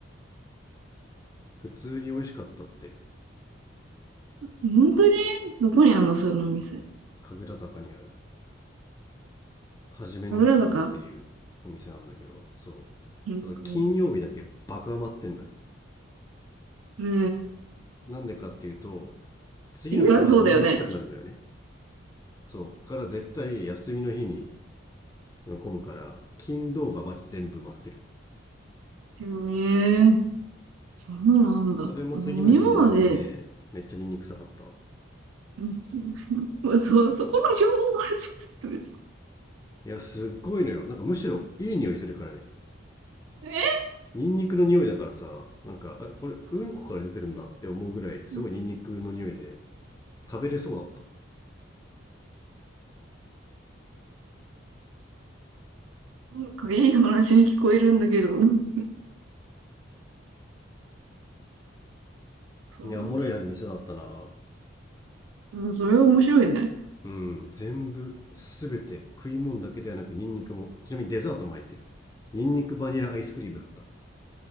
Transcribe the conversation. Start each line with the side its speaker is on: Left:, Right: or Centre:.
Left: 普通に美味しかったって
Right: 本当にどこにあんのその店。
Left: 神楽坂にあるはじめの一歩っていうお店なんだけどそ
Right: 神楽坂うん。
Left: うただ金曜日だけバカ埋まってんのよ
Right: へ
Left: なんでかっていうと次の日マジニンニク臭くなるのよね
Right: え。いや、そうだよね。
Left: そうから絶対休みの日に混むから金土がマジ全部待ってる
Right: へえ。そんなのあんだ。
Left: それも次の日のうんこね、
Right: 飲み物で、
Left: めっちゃニンニク臭かった
Right: うん <laughs> そ、そこの情報は、<laughs> 別に
Left: いや、すっごいのよ。なんかむしろいい匂いするからね。
Right: え
Left: ニンニクの匂いだからさ、なんか、あこれうんこから出てるんだって思うぐらい、
Right: な
Left: すごいニンニクの匂いで
Right: んか
Left: 食べれそうだった。
Right: なんかいい話に聞こえるんだけど、うんそうなんだ。
Left: いや、おもろい店だったな。
Right: うん、それは面白いね。
Left: うん、全部、すべて、食い物だけではなくニンニクも、ちなみにデザートも入ってる。ニンニクバニラアイスクリームだった。